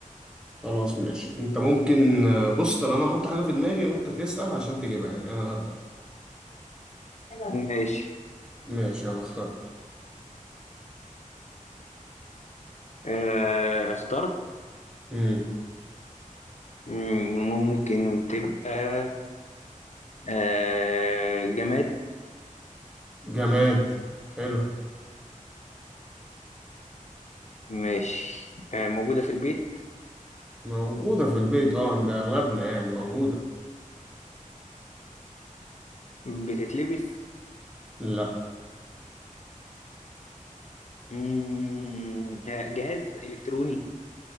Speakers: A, in the centre; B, on the left (about 55°).
A: خلاص ماشي أنت ممكن آه، بص طب أنا هحط حاجة في دماغي وأنت تسأل عشان تجيبها يعني أنا هبدأ
B: ماشي
A: ماشي انا اخترت
B: آه اخترت
A: امم
B: مم، ممكن تبقى آه جماد
A: جماد حلو
B: ماشي آه موجودة في البيت
A: موجودة في البيت اه عند اغلبنا يعني موجودة
B: بتتلبس
A: لا
B: مم، آه، جهاز إلكتروني